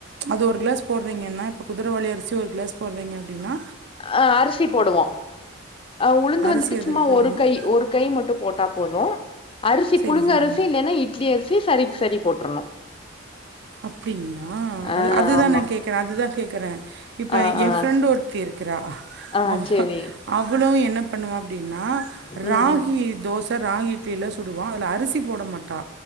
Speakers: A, on the right; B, on the left.
A: அது ஒரு கிளாஸ் போட்றீங்கன்னா இப்ப குதுரவாளி அரிசி ஒரு கிளாஸ் போட்றீங்க அப்டின்னா
B: அ அரிசி போடுவோ அ உளுந்து
A: அரிசி
B: வந்துட்டு
A: அதில்
B: சும்மா
A: போடணும்
B: ஒரு கை ஒரு கை மட்டும் போட்டா போது அரிசி
A: சரி
B: புழுங்க
A: சரிங்க
B: அரிசி இல்லன்னா இட்லி அரிசி சரிக்கு சரி போட்ருணு
A: அப்டிங்ளா
B: ஆ
A: அது அதுதா
B: ஆமா
A: நா கேக்குறே அதுதா கேக்குறே இப்போ
B: ஆ ஆ
A: எ ஃப்ரெண்டு் ஒருத்தி இருக்கிறா
B: ஆ
A: அவ
B: சேரி
A: அவளு என்ன பண்ணுவா அப்டின்னா ராகி
B: ம் ம்
A: தோச ராகி இட்லிலா சுடுவா அதுல அரிசி போட மாட்டா